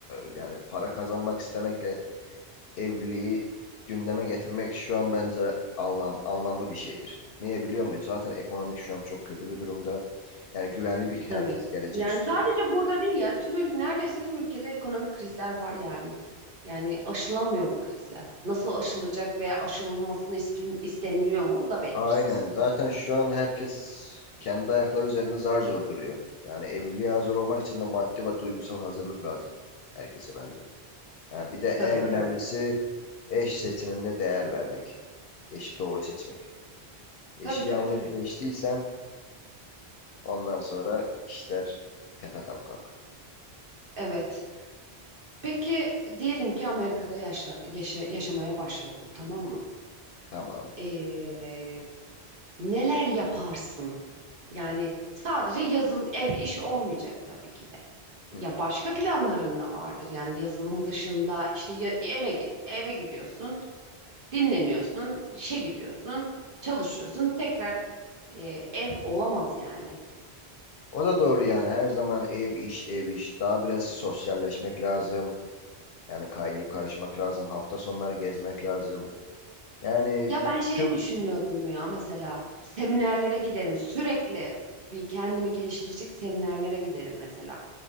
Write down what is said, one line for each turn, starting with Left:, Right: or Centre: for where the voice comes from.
Left: Yani para kazanmak istemekle evliliği gündeme getirmek şu an bence anlam, anlamlı bir şeydir. Niye biliyor muyuz? Zaten ekonomik şu an çok kötü bir durumda. Yani güvenli bir herkes
Right: Tabii.
Left: gelecek
Right: Yani
Left: istiyor.
Right: sadece burada değil ya tüm neredeyse tüm ülkede ekonomik krizler var yani. Yani aşılamıyor bu krizler. Nasıl aşılacak veya aşılmasını iste- isteniliyor mu o da belirsiz.
Left: Aynen. Zaten şu an herkes kendi ayakları üzerinde zar zor duruyor. Yani evliliğe hazır olmak için de maddi ve duygusal hazırlık lazım herkese bence. Yani bir de
Right: Tabii
Left: en önemlisi
Right: tabii.
Left: eş seçiminde değer vermek. Eşi doğru seçmek. Eşi
Right: Tabii tabii
Left: yanlış
Right: tabii.
Left: seçtiysen ondan sonra işler tepe taklak.
Right: Evet. Peki diyelim ki Amerika'da yaşa, yaşa- yaşamaya başladın tamam mı?
Left: Tamam.
Right: Ee, neler yaparsın? Yani sadece yazılım ev işi olmayacak tabii ki de. Ya
Left: Hı.
Right: başka planların da vardır. Yani yazılımın dışında işte ya- eve gi- eve gidiyorsun, dinleniyorsun, işe gidiyorsun, çalışıyorsun. Tekrar e, ev olamaz yani.
Left: O da doğru yani her zaman ev iş ev iş daha biraz sosyalleşmek lazım. Yani kaynayıp karışmak lazım. Hafta sonları gezmek lazım. Yani
Right: Ya ben şey
Left: tüm
Right: düşünüyordum ya mesela seminerlere giderim sürekli bir kendimi geliştirecek seminerlere giderim mesela.